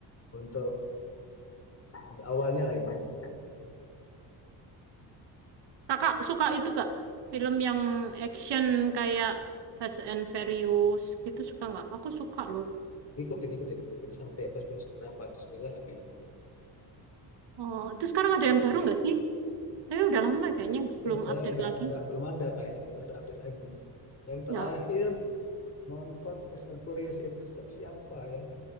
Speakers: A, on the left; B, on the right.
A: untuk, untuk awalnya lah ibaratnya
B: Kakak suka itu gak? Film yang action kayak Fast and Furious gitu suka nggak? Aku suka loh.
A: ikutin ikutin ikutin sampai ke berapa sembilan apa ya
B: Oh, itu sekarang ada yang baru
A: Iya,
B: nggak sih? Tapi udah lama kayaknya
A: Nah, itu
B: belum
A: saya
B: update
A: nggak
B: lagi.
A: nggak belum ada kayaknya belum ada update lagi. Yang
B: Ya,
A: terakhir nonton Fast and Furious itu se- siapa ya?